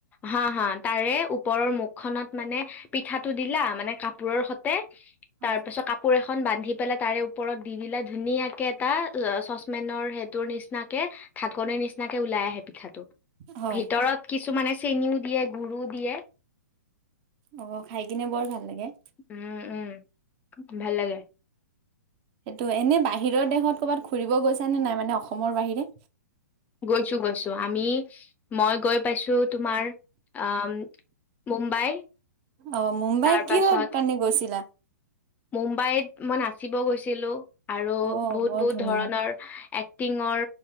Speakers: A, on the left; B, on the right.
A: হা হা তাৰে ওপৰৰ মুখখনত মানে পিঠাটো দিলা মানে কাপোৰৰ সতে
B: হয়,
A: তাৰ পিছত কাপোৰ এখন বান্ধি পেলাই তাৰে ওপৰত দি দিলাই ধুনীয়াকে এটা চচমেনৰ সেইটোৰ নিচিনাকে ঢাকনিৰ নিচিনাকে ওলাই আহে পিঠাটো
B: হয়।
A: ভিতৰত কিছুমানে চেনীও দিয়ে, গুৰু দিয়ে
B: অ খাই কিনে বৰ ভাল লাগে
A: উম উম ভাল লাগে
B: সেইটো এনে বাহিৰৰ দেশত কৰ'বাত ঘুৰিব গৈছা নে নাই মানে অসমৰ বাহিৰে?
A: গৈছো গৈছো আমি মই গৈ পাইছো তোমাৰ আম মুম্বাই।
B: অ', মুম্বাই
A: তাৰ পাছত
B: কিহৰ কাৰনে গৈছিলা?
A: মুম্বাইত মই নাচিব গৈছিলোঁ, আৰু
B: অ
A: বহুত,
B: বৰ
A: বহুত
B: ধুনীয়া
A: ধৰণৰ এক এক্টিঙৰ